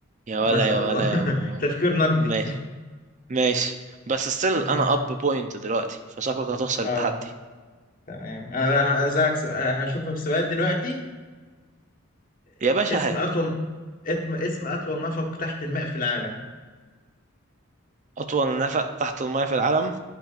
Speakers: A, on the right; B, on the left.
A: يا
B: ما
A: ولا
B: شاء
A: يا
B: الله
A: ولا
B: <laughs>
A: يا ابو
B: تفكير نقدي
A: ماشي ماشي بس
B: <laughs>
A: ستيل
B: تمام
A: انا اب بوينت دلوقتي فشكلك هتخسر
B: اه
A: التحدي
B: تمام انا بقى هسألك سؤال هشوفك سؤال دلوقتي
A: يا
B: اسم
A: باشا هات
B: أطول اسم اسم أطول نفق تحت الماء في العالم
A: اطول نفق تحت المايه في العالم